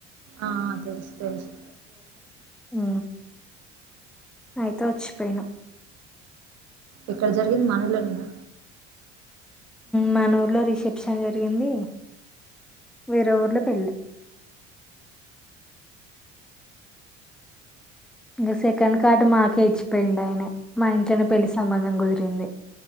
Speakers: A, on the right; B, in the centre.
A: ఆ తెలుసు తెలుసు
B: ఉ అయితే ఓచ్చిపోయిన
A: ఎక్కడ జరిగింది మనలో నేనా
B: మనూర్లో రిసెప్షన్ జరిగింది వేరెఊర్లొ పెళ్ళి ఇంక సెకండ్ కార్డు మాకే ఇచ్చిపోయిండు ఆయనె మా ఇంట్లనె పెళ్లి సంబంధం కుదిరింది